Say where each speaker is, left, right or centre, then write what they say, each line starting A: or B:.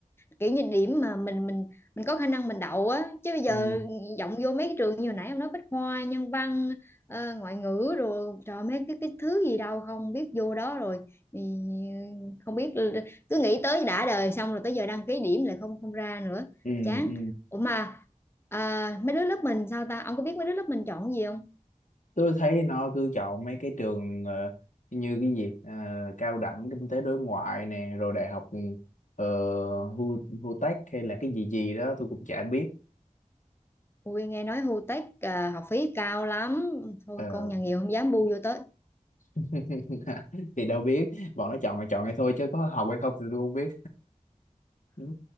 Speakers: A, on the left; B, on the left.
A: kiểu như điểm mà mình mình mình có khả năng mình đậu á chứ bây giờ
B: ừ
A: vọng vô mấy cái trường như hồi nãy ông nói Bách Khoa nhân văn ờ, ngoại ngữ rồi trời mấy cái cái thứ gì đâu không biết vô đó rồi thì không biết cứ nghĩ tới đã đời xong rồi tới giờ đăng ký điểm lại không không ra nữa
B: ừ
A: chán
B: ừ
A: ủa mà à, mấy đứa lớp mình sao ta ông có biết mấy đứa lớp mình chọn gì không
B: tôi thấy nó cứ chọn mấy cái trường ờ, như cái gì Ờ, cao đẳng kinh tế đối ngoại nè rồi đại học ờ, Hu Hu Tech hay là cái gì gì đó tôi cũng chả biết
A: Ui nghe nói Hu Tech à, học phí cao lắm Thôi
B: Ờ,
A: con nhà nghèo không dám bu vô tới
B: <laughs> thì đâu biết bọn nó chọn là chọn hay thôi chứ có học hay không thì tôi không biết <laughs>